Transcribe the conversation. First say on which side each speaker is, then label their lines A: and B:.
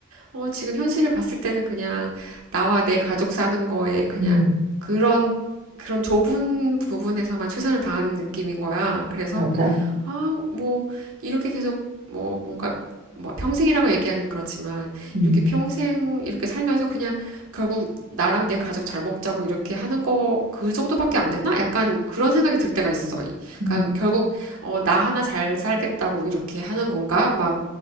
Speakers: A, on the right (about 80°); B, on the right (about 45°).
A: 어, 지금 현실을 봤을 때는 그냥 나와 내 가족 사는 거에 그냥
B: 음,
A: 그런, 그런 좁은 부분에서만 최선을 다하는 느낌인 거야. 그래서,
B: 맞아.
A: 아, 뭐, 이렇게 계속, 뭐, 뭔가, 뭐, 평생이라고 얘기하긴 그렇지만,
B: 음,
A: 이렇게 평생, 이렇게 살면서 그냥 결국 나랑 내 가족 잘 먹자고 이렇게 하는 거, 그 정도밖에 안 되나? 약간 그런 생각이 들 때가 있어.
B: 음.
A: 그러니까 결국, 어, 나 하나 잘 살겠다고 이렇게 하는 건가? 막,